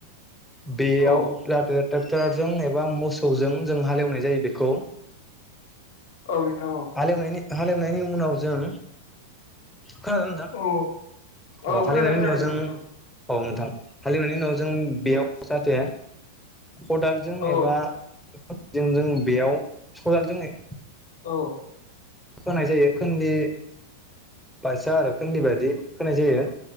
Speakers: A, in the centre; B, on the left (about 60°).
A: बेयाव
B: औ
A: लाथो थेंक्टारजों एबा मौस सौजों जों हालेवनाय जायो बेखौ
B: औ नोंथां औ
A: हालेवनायनि हालेवनायनि उनाव जों खोनागोन
B: औ औ
A: नोंथां
B: खोनादों
A: हालिवनायनि
B: खोनादों
A: उनाव जों
B: नोंथां
A: औ नोंथां हालिवनायनि उनाव जों बेयाव
B: औ
A: जाहाथे खदालजों
B: औ
A: एबा जों जों बेयाव कदाल जोङै
B: औ
A: होनाय जायो खोन्दी बासा आरो खोन्दी बायदि होनाय जायो।